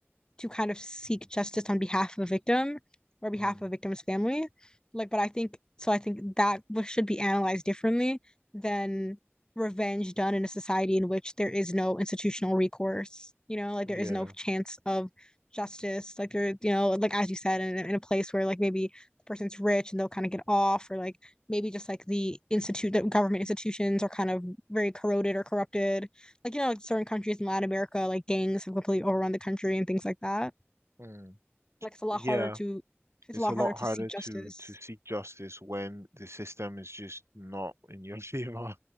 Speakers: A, on the left; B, on the right.
A: to kind of seek justice on behalf of a victim or behalf
B: Mm,
A: of a victim's family. Like, but I think so. I think that w- should be analyzed differently than revenge done in a society in which there is no institutional recourse. You know, like
B: yeah.
A: there is no chance of justice. Like there, you know, like as you said, in, in a place where like maybe the person's rich and they'll kind of get off, or like maybe just like the institute, the government institutions are kind of very corroded or corrupted like you know, like certain countries in Latin America, like gangs have completely overrun the country and things like that.
B: Mm,
A: Like it's a lot
B: yeah.
A: harder to, it's
B: It's
A: a lot
B: a lot
A: harder to
B: harder
A: seek justice.
B: to to seek justice when the system is just not in your <laughs> favor.